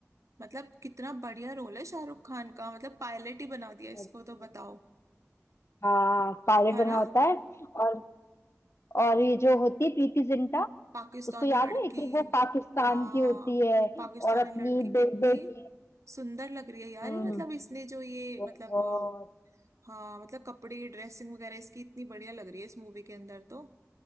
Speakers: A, on the right; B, on the left.
A: मतलब कितना बढ़िया रोल है शाहरुख खान का मतलब पायलट ही बना दिया इसको
B: अरे
A: तो बताओ
B: हाँ पायलट
A: है
B: बना
A: ना
B: होता है और और ये जो होती है प्रीति जिंटा
A: पाकिस्तानी
B: उसको याद
A: लड़की
B: है कि वो पाकिस्तान
A: हाँ
B: की होती है
A: पाकिस्तानी
B: और अपनी
A: लड़की कितनी
B: बेबे की
A: सुंदर लग रही है यार
B: हम्म
A: ये मतलब इसने जो ये
B: बहुत
A: मतलब अ, हाँ मतलब कपड़े ड्रेसिंग वगैरह इसकी इतनी बढ़िया लग रही है इस मूवी के अंदर तो